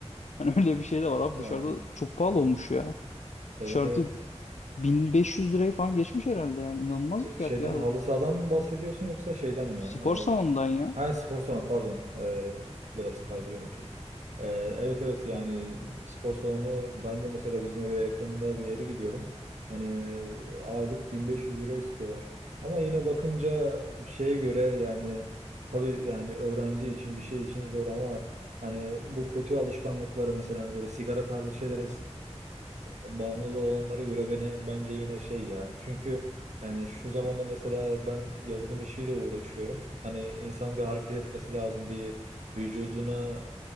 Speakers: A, on the left; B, on the right.
A: hani <laughs> öyle bir şey de var abi
B: Tamam.
A: dışarıda çok pahalı olmuş ya
B: Evet
A: dışarıda
B: evet.
A: 1500 lirayı falan geçmiş herhalde yani inanılmaz
B: E,
A: bir fiyat
B: Şeyden
A: ya
B: halı
A: bu
B: sahadan mı bahsediyorsun yoksa şeyden mi?
A: spor salonundan
B: E,
A: ya.
B: Ha, spor salonu pardon. Ee, biraz kaydı benim şimdi. Ee, evet evet yani spor salonu ben de mesela bizim eve yakında bir yere gidiyorum. Hani e, aylık 1500 lira istiyorlar. Ama yine bakınca şeye göre yani tabii yani öğrenci için bir şey için zor ama hani bu kötü alışkanlıkları mesela hani böyle sigara tarzı şeylere e, bağımlı olanlara göre beni bence yine şey ya. Çünkü yani şu zamanda mesela ben yazılım işiyle uğraşıyorum. Hani insan bir hareket etmesi lazım, bir vücuduna